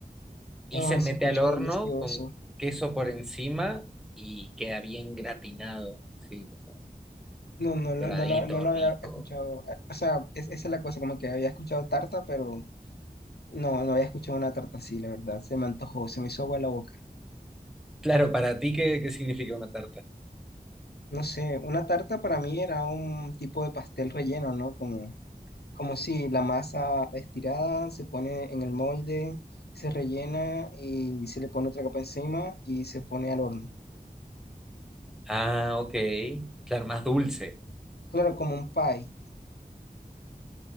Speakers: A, in the centre; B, on the left.
A: y
B: Ay,
A: se mete
B: se escucha
A: al horno
B: delicioso.
A: con queso por encima y queda bien gratinado, sí, como
B: No, no, lo-
A: doradito,
B: no, lo, no lo
A: rico.
B: había escuchado. Eh, O sea, es- esa es la cosa, como que había escuchado tarta, pero no, no había escuchado una tarta así, la verdad. Se me antojó, se me hizo agua la boca.
A: Claro, para ti, ¿qué, qué significa una tarta?
B: No sé, una tarta para mí era un tipo de pastel relleno, ¿no? Como como si la masa estirada se pone en el molde, se rellena y se le pone otra capa encima y se pone al horno.
A: Ah, ok. Claro, más dulce.
B: Claro, como un pie.